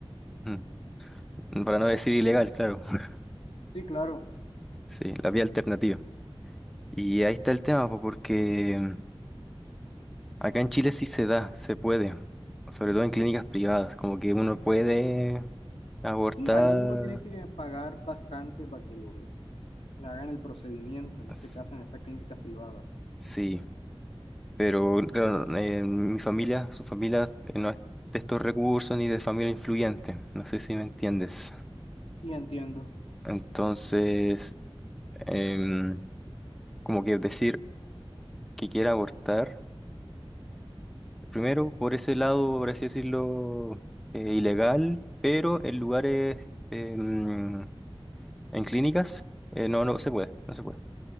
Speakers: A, in the centre; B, on the left.
A: Mm. Para no decir ilegal, claro. <laughs>
B: Sí, claro.
A: Sí, la vía alternativa. Y ahí está el tema, po, porque Acá en Chile sí se da, se puede, sobre todo en clínicas privadas, como que uno puede abortar,
B: Sí, Ahí uno tiene que pagar bastante para que lo... le hagan el procedimiento, en
A: s-
B: ese caso, en estas clínicas privadas.
A: sí, pero claro, eh, mi familia, su familia eh, no es de estos recursos ni de familia influyente, no sé si me entiendes.
B: Sí, entiendo.
A: Entonces, em, como que decir que quiera abortar, primero por ese lado, por así decirlo, eh, ilegal, pero en lugares, em, en clínicas, eh, no, no se puede, no se puede.